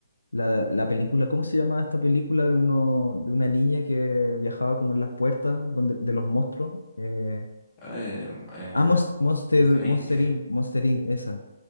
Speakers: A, on the left; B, on the left.
A: la, la película, ¿cómo se llama esta película de uno, de una niña que viajaba como en las puertas donde, de los monstruos? Eh,
B: ah, eh, eh,
A: ah, Mons- Monster,
B: Monster
A: Monster
B: Inc.
A: Inc, Monster Inc, esa.